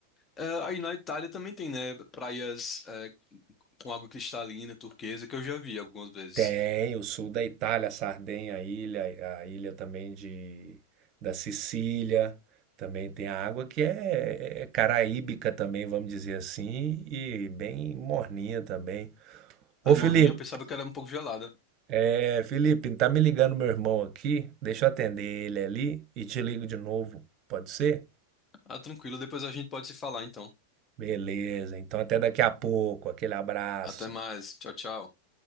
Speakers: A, on the left (about 25°); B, on the right (about 35°).
A: É, aí na Itália também tem, né? Praias é, com água cristalina, turquesa, que eu já vi algumas vezes.
B: Tem o sul da Itália, Sardenha, a ilha, a ilha também de da Sicília, também tem a água que é, é caraíbica também, vamos dizer assim, e bem morninha também. Ô
A: A
B: Felipe,
A: morninha eu pensava que era um pouco gelada.
B: é, Felipe, tá me ligando meu irmão aqui, deixa eu atender ele ali e te ligo de novo, pode ser?
A: Ah, tranquilo, depois a gente pode se falar, então.
B: Beleza, então até daqui a pouco, aquele abraço.
A: Até mais. Tchau, tchau.